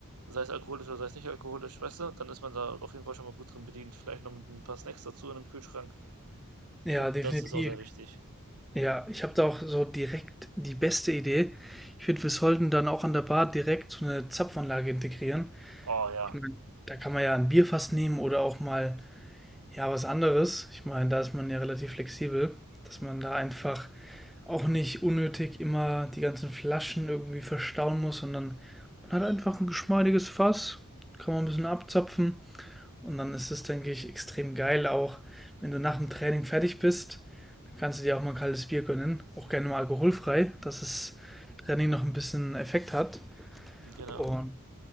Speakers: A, on the right (about 90°); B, in the centre.
A: sei es alkoholisch oder sei es nicht alkoholisch, weißt du, dann ist man da auf jeden Fall schon mal gut drin bedient. Vielleicht noch mit ein paar Snacks dazu in einem Kühlschrank.
B: Ja,
A: Ich finde,
B: definitiv.
A: das ist auch sehr wichtig.
B: Ja, ich habe da auch so direkt die beste Idee. Ich finde, wir sollten dann auch an der Bar direkt so eine Zapfanlage integrieren.
A: Oh ja,
B: Ich meine, da kann man ja ein Bierfass nehmen oder auch mal ja was anderes. Ich meine, da ist man ja relativ flexibel, dass man da einfach auch nicht unnötig immer die ganzen Flaschen irgendwie verstauen muss, sondern man hat einfach ein geschmeidiges Fass, kann man ein bisschen abzapfen und dann ist es, denke ich, extrem geil auch, wenn du nach dem Training fertig bist, dann kannst du dir auch mal ein kaltes Bier gönnen, auch gerne mal alkoholfrei, dass das Training noch ein bisschen Effekt hat
A: genau.
B: und